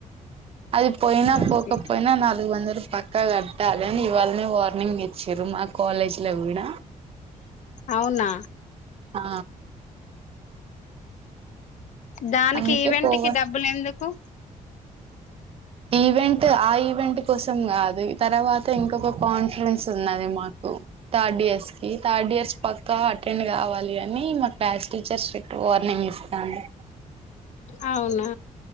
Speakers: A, on the right; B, on the left.
A: అది పోయినా
B: ఓకే
A: పోకపోయినా నాలుగు వందలు ప పక్కా కట్టాలే అని ఇవాల్నే వార్నింగ్ ఇచ్చిరు మా కాలేజ్ లో గుడా
B: అవునా
A: ఆ
B: దానికి
A: అందుకే
B: ఈవెంట్
A: పోవ
B: కి డబ్బులు ఎందు కు
A: ఈవెంట్ ఆ ఈవెంట్ కోసం కాదు తర్వాత ఇంకొక కాన్ఫరెన్స్ ఉన్నది మాకు థర్డ్ ఇయర్స్ కి, థర్డ్ ఇయర్స్ పక్క అటెండ్ కావాలి అని మా క్లాస్ టీచర్ స్ట్రిక్ట్ వార్నింగ్ ఇస్తాంది.
B: అవునా